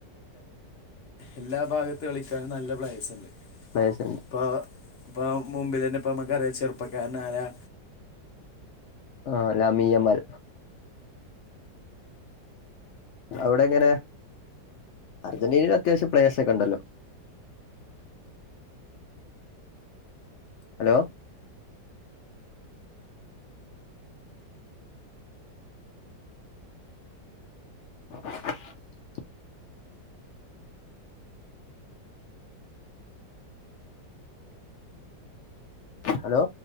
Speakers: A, on the left; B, on the left.
A: എല്ലാ ഭാഗത്തും കളിക്കാനും നല്ല പ്ലേയേസ് ണ്ട്
B: പ്ലേയേഴ്സ് ഉണ്ട്
A: ഇപ്പ ഇപ്പ മുമ്പിൽ തന്നെ ഇപ്പ നമുക്കറിയ ചെറുപ്പക്കാരനരാ
B: ആ ലമി അമൽ. അവിടെ ഇങ്ങനെ അർജന്റീനൽ അത്യാവശ്യം പ്ലയഴസ് ഒക്കെ ഉണ്ടല്ലോ? <inaudible> hello <inaudible> Hello